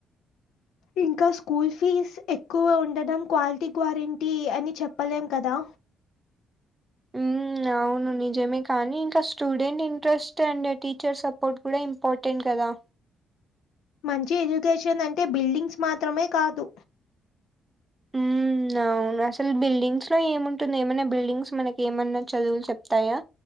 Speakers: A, on the left; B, on the right.
A: ఇంకా స్కూల్ ఫీజ్ ఎక్కువ ఉండడం క్వాలిటీ గ్వారెంటీ అని చెప్పలేం కదా
B: ఉమ్ అవును నిజమే కానీ ఇంకా student interest and teacher support కూడా ఇంపార్టెంట్ కదా
A: మంచి ఎడ్యుకేషన్ అంటే బిల్డింగ్స్ మాత్రమే కాదు
B: ఉమ్ అవును అసలు బిల్డింగ్స్ లో ఏముంటుంది ఏమన్నా బిల్డింగ్స్ మనకి ఏమన్నా చదువులు చెప్తాయా